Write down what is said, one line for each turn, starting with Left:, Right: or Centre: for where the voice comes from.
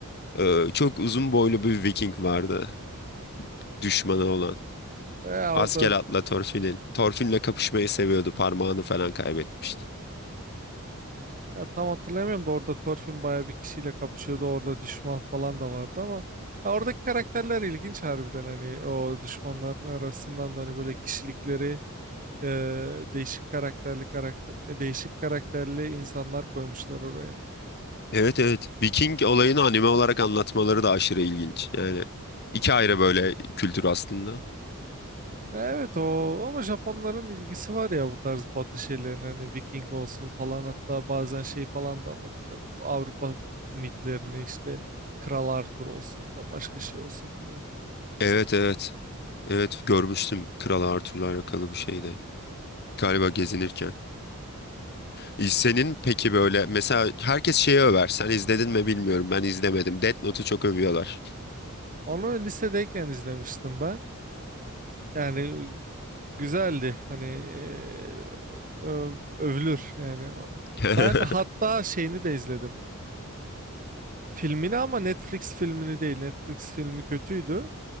Left: Ee, çok uzun boylu bir Viking vardı düşmanı olan.
Right: E,
Left: Askelat'la
Right: orada
Left: Torfin'in. Torfin'le kapışmayı seviyordu. Parmağını falan kaybetmişti.
Right: ya tam hatırlamıyorum da orada Thorfinn bayağı bir kişiyle kapışıyordu. Orada düşman falan da vardı ama ya oradaki karakterler ilginç harbiden hani o düşmanların arasından da hani böyle kişilikleri e, değişik karakterli karakter e, değişik karakterli insanlar koymuşlar oraya.
Left: Evet evet. Viking olayını anime olarak anlatmaları da aşırı ilginç. Yani iki ayrı böyle kültür aslında.
Right: Evet o ama Japonların ilgisi var ya bu tarz batı şeylerine hani Viking olsun falan hatta bazen şey falan da anlatıyorlar. Bu Avrupa mitlerini işte Kral Arthur olsun ya da başka şey olsun falan.
Left: Evet evet. Evet görmüştüm Kral Arthur'la alakalı bir şeydi. Galiba gezinirken. E, Senin peki böyle mesela herkes şeyi över. Sen izledin mi bilmiyorum. Ben izlemedim. Death Note'u çok övüyorlar.
Right: Onu lisedeyken izlemiştim ben. Yani güzeldi hani eee, ö- övülür yani.
Left: <laughs>
Right: Ben hatta şeyini de izledim. Filmini ama Netflix filmini değil. Netflix filmi kötüydü.